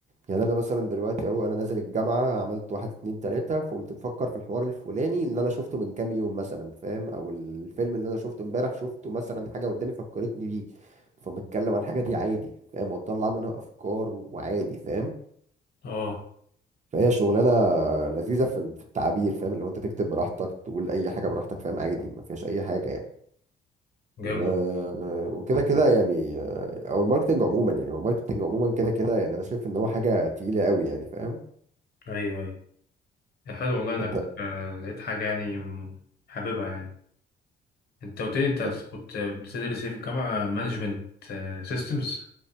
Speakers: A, on the right (about 35°); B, on the left (about 55°).
A: يعني انا مثلا دلوقتي اهو انا نازل الجامعه عملت واحد اتنين تلاته فقمت بفكر في الحوار الفلاني اللي انا شفته من كام يوم مثلا فاهم او الفيلم اللي انا شفته امبارح شفته مثلا حاجه قدامي فكرتني بيه فبتكلم عن الحاجه دي عادي فاهم وتطلع منها افكار وعادي فاهم
B: اه
A: فهي شغلانه لذيذه في ال- في التعبير فاهم اللي هو انت تكتب براحتك تقول اي حاجه براحتك فاهم عادي ما فيهاش اي حاجه يعني
B: جامد
A: و... وكده كده يعني آه، او الماركتنج عموما يعني هو الماركتنج عموما كده كده <laughs> يعني انا شايف ان هو حاجه تقيله قوي يعني فاهم
B: ايوه ايوه يا حلو والله انك
A: انت
B: آه، لقيت حاجة يعني م- حاببها يعني انت قلت لي انت
A: انت
B: كنت بتدرس ايه في الجامعة مانجمنت سيستمز